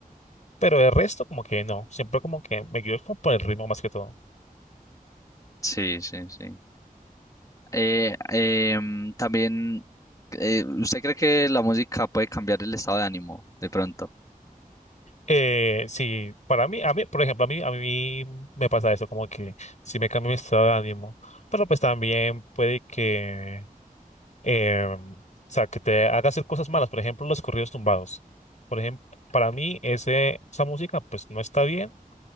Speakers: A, on the left; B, on the left.
A: pero el resto como que no, siempre como que me guío como por el ritmo más que todo.
B: Sí, sí, sí. Eh, em, también, eh, ¿usted cree que la música puede cambiar el estado de ánimo de pronto?
A: Eh, sí, para mí, a mí, por ejemplo, a mí, a mí me pasa eso, como que sí me cambia mi estado de ánimo, pero pues también puede que eh, o sea, que te haga hacer cosas malas, por ejemplo, los corridos tumbados. Por ejemplo, para mí ese, esa música pues no está bien